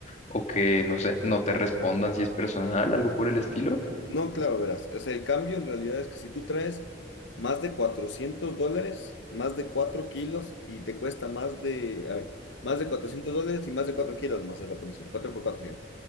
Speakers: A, on the left; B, on the left.
A: o que, no sé, no te respondan si es personal, algo por el estilo.
B: No, claro, verás. O sea, el cambio en realidad es que si tú traes más de 400 dólares, más de 4 kilos y te cuesta más de, a ver, más de 400 dólares y más de 4 kilos más es la comisión, 4 por 4.